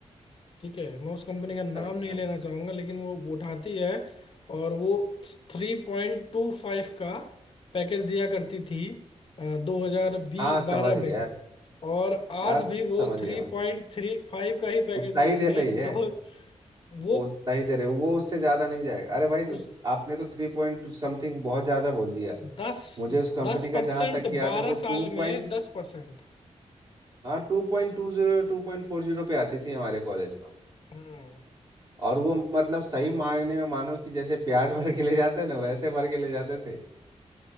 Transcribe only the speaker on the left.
ठीक है मैं उस कंपनी का नाम
नहीं लेना चाहूंगा लेकिन वो उठाती है और वो थ्री पॉइंट टू फाइव का पैकेज दिया करती थी दो हजार
बारह
में और आज
भी वो
थ्री
पॉइंट थ्री फाइव का ही पैकेज
देती
है
दो वो
उस
दस
दस
परसेंट
बारह
साल
में दस परसेंट
हम्म।